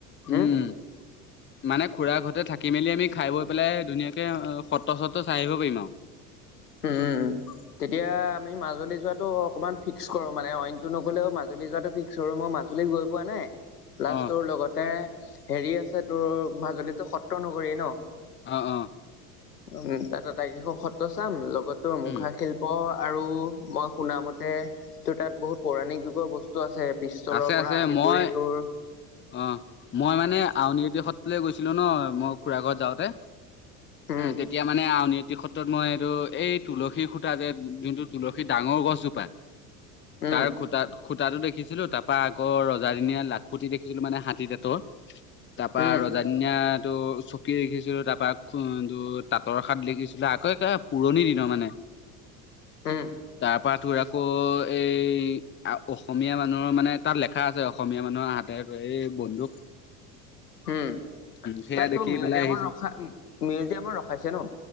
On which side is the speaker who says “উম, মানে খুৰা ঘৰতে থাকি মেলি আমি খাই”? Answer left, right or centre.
Left